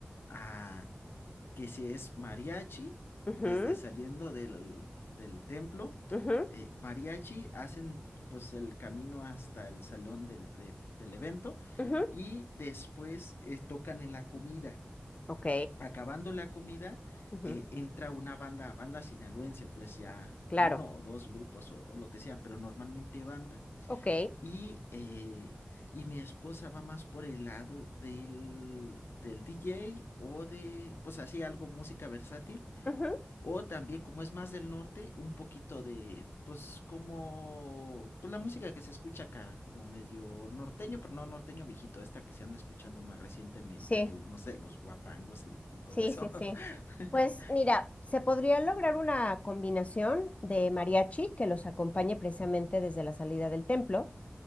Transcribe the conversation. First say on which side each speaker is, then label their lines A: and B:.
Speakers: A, on the left; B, on the left.
A: a que si es mariachi,
B: ujú,
A: desde saliendo del, del templo,
B: ujú,
A: eh, mariachi hacen pues el camino hasta el salón del de- del evento
B: ujú.
A: y después eh, tocan en la comida.
B: Ok,
A: Acabando la comida,
B: ujú,
A: eh, entra una banda, banda sinaloense, pues ya
B: claro,
A: uno o dos grupos o, o lo que sean, pero normalmente banda.
B: ok.
A: Y, eh, y mi esposa va más por el lado del, del DJ o de, pues así, algo música versátil
B: ujú,
A: o también, como es más del norte, un poquito de, pues, como, pues la música que se escucha acá, como medio norteño, pero no norteño viejito, esta que se anda escuchando más recientemente,
B: Sí,
A: que no sé, los guapangos y, y todo
B: sí,
A: eso.
B: sí,
A: <laughs>
B: sí. Pues mira, se podría lograr una combinación de mariachi que los acompañe precisamente desde la salida del templo